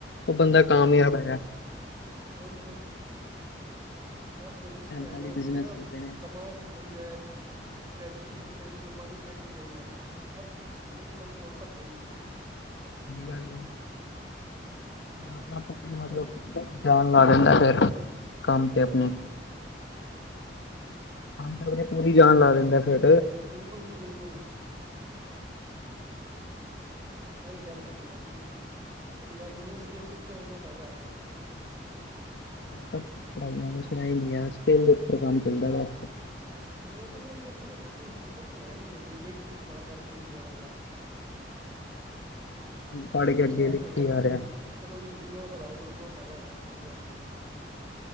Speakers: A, on the left; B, on the right.
A: ਉਹ ਬੰਦਾ
B: ਹੂੰ
A: ਕਾਮਯਾਬ ਹੈਗਾ।
B: ਉਹੀ ਤੇ ਬਸ ਰਿਸਕ ਲੈਣ
A: ਵਾਲੇ
B: ਆਸਤੇ
A: ਬਿਜਨਸ
B: ਨਾ
A: ਚੱਲਦੇ ਨੇ।
B: ਦਿਮਾਗ ਵੀ ਚਾਹੀਦਾ ਹੈ। ਸਟਰੈਟਜੀ ਵੀ ਚਾਹੀਦੀ, ਮਾਈੰਡਸੈਟ ਵੀ ਚਾਹੀਦਾ ਹਰ ਚੀਜ਼ ਇੱਕਦਮ ਪ੍ਰੋਪਰ ਚਾਹੀਦਾ।
A: ਸਹੀ ਗੱਲ ਏ,
B: ਵਾਹ
A: ਨ ਆਪਣਾ ਮਤਲਬ
B: ਇਹੀ
A: ਜਾ ਲਾ ਦਿੰਦਾ ਫੇਰ ਕੰਮ ਤੇ ਆਪਣੇ
B: ਹਾਂਜੀ
A: ਕੰਮ ਤੇ ਅਪਨੇ ਪੂਰੀ ਜਾਨ ਲਾ ਦਿੰਦਾ ਫੇਰ।
B: ਬਿਲਕੁਲ ਜੀ ਬਿਲਕੁਲ। ਇਹੀ ਗੱਲ ਹੈਗੀ ਭਾਜੀ ਬੰਦਾ ਜਿੰਨੀ ਸਕੀਮ ਸਿੱਖੇ ਓਨਾ ਫਾਇਦਾ ਹੈਗਾ।
A: ਤਾਂ ਪੜਾਈਆਂ ਚ ਕੁਛ ਰਹਿ ਨਹੀਂ ਗਯਾ ਸਕਿਲ ਉੱਪਰ ਕੰਮ ਚੱਲਦਾ ਵਾ
B: ਨੌਕਰੀਆਂ ਚ ਕੁਛ ਨੀ ਰੱਖਿਆ ਕੋਈ ਫਿਊਚਰ ਨਹੀਂ ਹੈ ਨਾ ਜੀ ਨੌਕਰੀ ਇੱਕ ਚੀਜ਼ ਬਾਰ ਬਾਰ ਕਰੀਗਾ ਬੰਦਾ।
A: ਪੜ੍ਹ
B: ਬਿਜਨਸ
A: ਕੇ ਅੱਗੇ
B: ਇਹ
A: ਲਿਖੀ
B: ਤੇ ਹੈਗਾ ਨਾ
A: ਜਾ
B: ਜੀ
A: ਰਿਹਾ।
B: ਚਲੋ ਜੀ ਜਿੰਨਾ ਵਧਾਓਗੇ ਓਨਾ ਫਾਇਦਾ ਹੈਗਾ ਬਿਜਨਸ